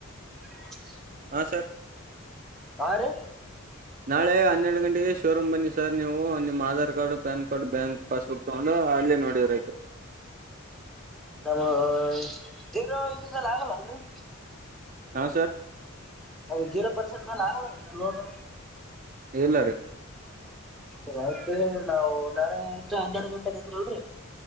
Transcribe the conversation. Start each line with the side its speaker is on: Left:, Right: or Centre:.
Centre: ಉ
Right: ಹಾ ಸರ್
Centre: ಯ ರ <unintelligible>
Right: ನಾಳೆ ಹನ್ನೆರಡು ಗಂಟೆಗೆ ಶೋರೂಮ್ ಬನ್ನಿ ಸರ್ ನೀವು ನಿಮ್ಮ Aadhaar card PAN card bank passbook ತಗೊಂಡು ಹ ಅಲ್ಲೇ ನೋಡಿದ್ರ ಆಯ್ತು
Centre: <unintelligible> ಇದ್ರಲ್ಲ ಆಗಲ್ಲಲ್ರರಿ
Right: ಹಾ ಸರ್
Centre: ಅದು ಜೀರೋ ಪರ್ಸೆಂಟ್ ಮೇಲೆ ಆಗ ಲೋನು
Right: ಎಲ್ಲಾರಿ
Centre: ಸರಿ ಆಯ್ತು ನಾವು ನಾಳೆ ಅತ್ರ ಹನ್ನೆರಡು ಗಂಟೆಗೆಂದಿರಲ್ರಿ.